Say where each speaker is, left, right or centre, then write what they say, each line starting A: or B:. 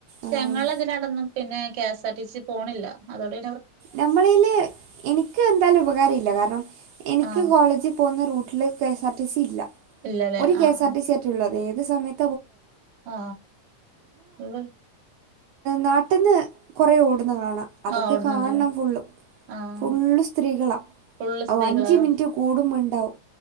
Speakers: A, on the right; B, on the right.
A: ആഹ്.
B: ഞങ്ങ ഇതിനടന്നു പിന്നെ തറ്റിച്ച് പോണില്ല അതോടെ
A: നമ്മളെ എനിക്ക് എന്തായാലും ഉപകാര ഇല്ല കാരണം എനിക്ക്
B: ആഹ്
A: കോളേജിൽ പോകുന്നൂ വീട്ട കെ ആർ ടി സി ഇല്ല
B: ഇല്ലല്ലേ
A: കെഎസ്ആർ
B: ആഹ്
A: ടി സി ആട്ട ഏത് സമയല
B: ആ ഉ
A: നാട്ടിൽന്ന് കുറേ ഓടുന്ന കാണാം അതൊക്കെ
B: ആഹ് ഓടുന്നുണ്ടല്ലേ
A: കാണണം ഫുള്ള്
B: ആഹ്
A: ഫുള്ള് സ്ത്രീകൾ അ
B: ഫുള്ള് സ്ത്രീകളാ
A: അഞ്ച് മിനിറ്റ് കുടു ആവും